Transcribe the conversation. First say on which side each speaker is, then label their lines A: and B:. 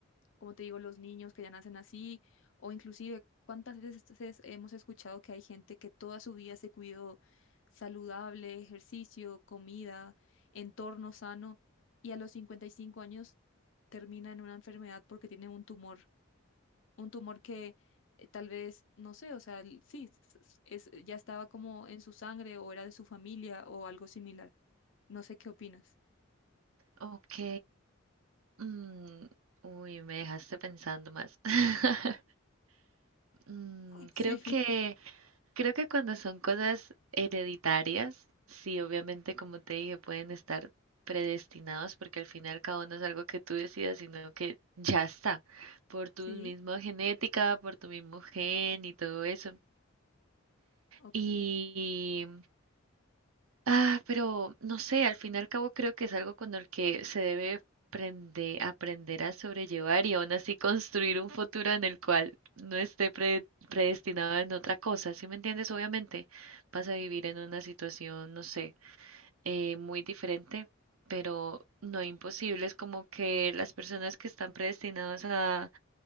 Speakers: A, on the left; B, on the right.
A: como te digo, los niños que ya nacen así, o inclusive cuántas veces es- hemos escuchado que hay gente que toda su vida se cuidó saludable, ejercicio, comida, entorno sano, y a los 55 años termina en una enfermedad porque tiene un tumor, un tumor que eh, tal vez, no sé, o sea, l- sí, s- s- es, ya estaba como en su sangre o era de su familia o algo similar. No sé qué opinas.
B: Ok. mm, uy, me dejaste pensando más. <laughs> Mm,
A: <laughs> Sí,
B: creo que Creo que cuando son cosas hereditarias, sí, obviamente, como te dije, pueden estar predestinados porque al fin y al cabo no es algo que tú decidas, sino que ya está, por tu
A: sí,
B: misma genética, por tu mismo gen y todo eso.
A: ok.
B: Y Ah, pero no sé, al fin y al cabo creo que es algo con el que se debe prende- aprender a sobrellevar y aún así construir un futuro en el cual no esté pre- predestinado en otra cosa, ¿sí me entiendes? Obviamente vas a vivir en una situación, no sé, eh, muy diferente, pero no imposible. Es como que las personas que están predestinadas a,